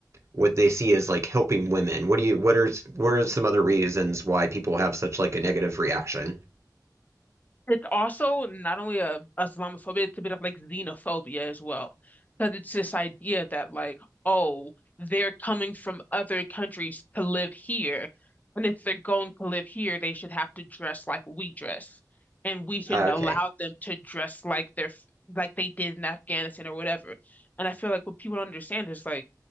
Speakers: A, on the right; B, on the left.
A: what they see as like helping women? What do you what are s- what are some other reasons why people have such like a negative reaction?
B: It's also not only a Islamophobia, it's a bit of like xenophobia as well. Because it's this idea that like, oh, they're coming from other countries to live here. And if they're going to live here, they should have to dress like we dress. And we shouldn't
A: Uh, okay.
B: allow them to dress like they're f- like they did in Afghanistan or whatever. And I feel like what people don't understand is like